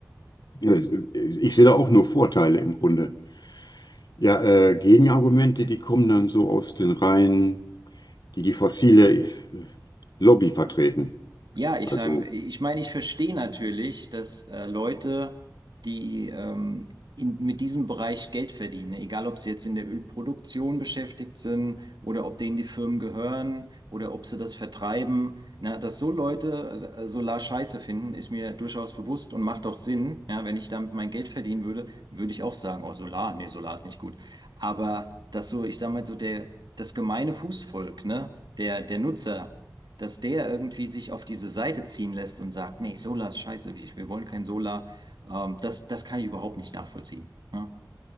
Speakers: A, on the left (about 70°); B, on the right (about 85°).
A: ja, ich sehe da auch nur Vorteile im Grunde. Ja, äh, Gegenargumente, die kommen dann so aus den Reihen. die die fossile äh, Lobby vertreten.
B: Ja, ich,
A: Also,
B: schein- ich meine, ich verstehe natürlich, dass äh, Leute, die ähm, in, mit diesem Bereich Geld verdienen, ne? egal ob sie jetzt in der Ölproduktion beschäftigt sind oder ob denen die Firmen gehören oder ob sie das vertreiben, na, dass so Leute äh, Solar scheiße finden, ist mir durchaus bewusst und macht auch Sinn. Ja, wenn ich damit mein Geld verdienen würde, würde ich auch sagen, oh, Solar, nee, Solar ist nicht gut. Aber dass so, ich sag mal, so der, das gemeine Fußvolk, ne, der, der Nutzer, dass der irgendwie sich auf diese Seite ziehen lässt und sagt, nee, Solar ist scheiße, wir, wir wollen kein Solar. Ähm, das, das kann ich überhaupt nicht nachvollziehen. Ja?